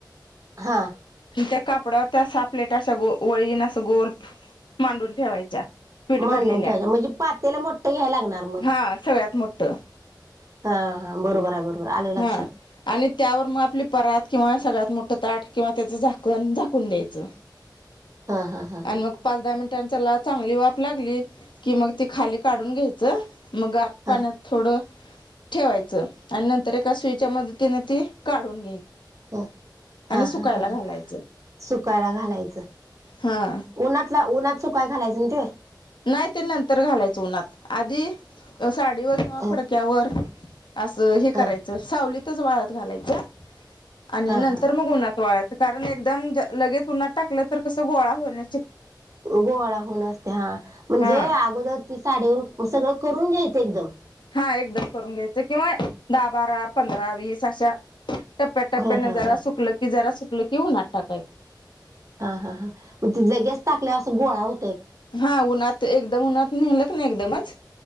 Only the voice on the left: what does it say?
आणि त्या कापडावर त्या सहा प्लेटा अशा वळीन अस गोल मांडून ठेवायच्या. पीठ भरलेल्या
हां सगळ्यात मोठ
हां
आणि त्यावर मग आपली परात किंवा सगळ्यात मोठं ताट त्याच झाकण झाकून द्यायचं.
मग पाच दहा आणि त्याला चांगली वाफ लागली कि मग ते खाली काढून घ्यायचं. मगा
पाण्यात
सोडं. ठेवायचं आणि नंतर एका सुईच्या मदतीने तिने ते काढून
आणि
सुकायला
घालायचं
हा
नाही ते नंतर घालायचं उन्हात, आधी साडीवर किंवा
फडक्यावर असं हे करायचं
सावलीतच वाळत घालायचं आणि
नंतर
मग उन्हा गळ्याच कारण एकदम लगेच उन्हात टाकलं तर कसं गोळा होण्या
हा
हा एकदम करून घ्यायचं किंवा दहा बारा पंधरा वीस अशा टप्प्याटप्प्याने
जरा
सुकलं की जरा सुकलं की उन्हत टाकायचं
हा उन्हात एकदम उन्हात नेल ना एकदमच